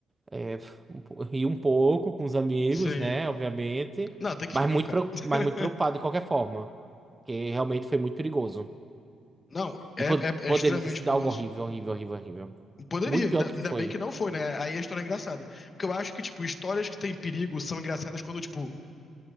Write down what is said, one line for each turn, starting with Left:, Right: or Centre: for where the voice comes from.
Right: É, um po- ri um pouco com os amigos,
Left: Sim.
Right: né? Obviamente.
Left: Não, tem que
Right: Mas
Left: ir mesmo,
Right: muito,
Left: cara.
Right: preo-
Left: <laughs>
Right: mas muito preocupado de qualquer forma. Porque realmente foi muito perigoso.
Left: Não, é,
Right: E po-
Left: é-
Right: poderia
Left: é extremamente
Right: ter sido
Left: perigoso.
Right: algo horrível, horrível, horrível, horrível.
Left: Poderia,
Right: Muito
Left: ainda,
Right: pior do
Left: ainda
Right: que foi.
Left: bem que não foi, né? Aí a história é engraçada. Porque eu acho que, tipo, histórias que têm perigo são engraçadas quando, tipo,